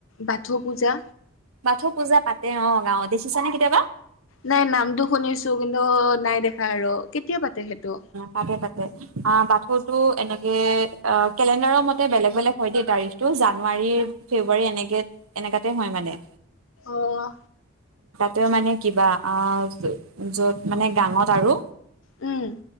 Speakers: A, on the left; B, on the right.
A: বাথৌ পূজা
B: বাথ পূজা পাতে অ গাঁৱত। দেখিছানে কেতিয়াবা?
A: নাই নামটো শুনিছো কিন্তু নাই দেখা আৰু। কেতিয়া পাতে সেইটো
B: তাতে তাতে অ বাথৰটো এনে। অ কেলেণ্ডাৰৰ মতে বেলেগ বেলেগ হয় দেই তাৰিখটো জানুৱাৰী ফেব্ৰুৱাৰী এনেকে তেনেকাতে হয় মানে।
A: অহঁ।
B: তেওঁ মানে কিবা অ যত মানে গাঙত আৰু
A: উম